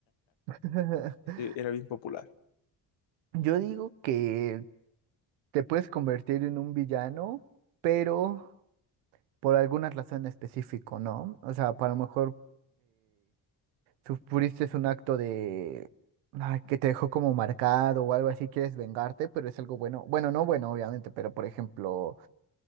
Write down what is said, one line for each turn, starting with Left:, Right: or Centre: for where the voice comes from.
Right: <laughs>
Left: Ese Era bien popular.
Right: Yo digo que te puedes convertir en un villano, pero por alguna razón específica, ¿no? O sea, para lo mejor sufriste un acto de ay, que te dejó como marcado o algo así, quieres vengarte, pero es algo bueno. Bueno, no bueno, obviamente, pero por ejemplo,